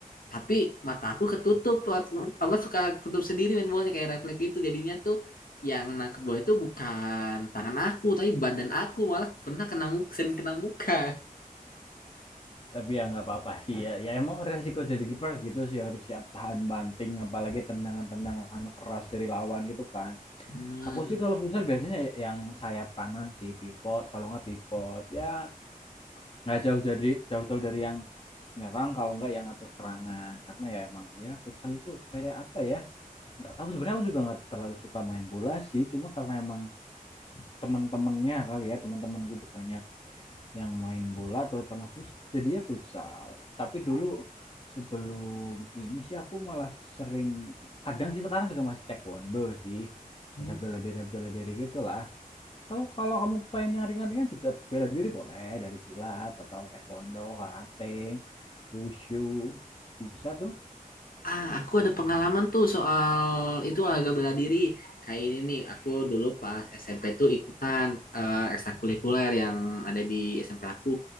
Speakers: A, on the left (about 70°); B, on the left (about 40°).
A: Tapi mata aku ketutup apa suka ketutup sendiri main bolanya kayak refleks itu jadinya tuh yang nangkep bola itu bukan tangan aku tapi badan aku malah pernah kena muka, sering kena muka.
B: tapi ya nggak apa-apa sih ya ya emang resiko jadi kiper gitu sih harus siap tahan banting apalagi tendangan-tendangan keras dari lawan gitu kan
A: <laughs> Benar.
B: aku sih kalau futsal biasanya yang sayap kanan sih pivot kalau nggak pivot ya nggak jauh jadi jauh-jauh dari yang nyerang kalau nggak yang atur serangan karena ya emang ya futsal itu kayak apa ya nggak tahu sebenarnya aku juga nggak terlalu suka main bola sih cuma karena emang teman-temannya kali ya teman teman gue banyak yang main bola terutama futsal jadi ya futsal tapi dulu sebelum ini sih aku malah sering kadang sih sekarang juga masih taekwondo sih
A: Hmm.
B: ada bela diri bela diri gitulah kalau kalau kamu pengen yang ringan-ringan juga bela diri boleh dari silat atau taekwondo, karate, wushu. Bisa tuh.
A: Ah, aku ada pengalaman tuh soal itu olahraga bela diri. Kayak ini nih, aku dulu pas SMP tuh ikutan eh, ekstrakurikuler yang ada di SMP aku.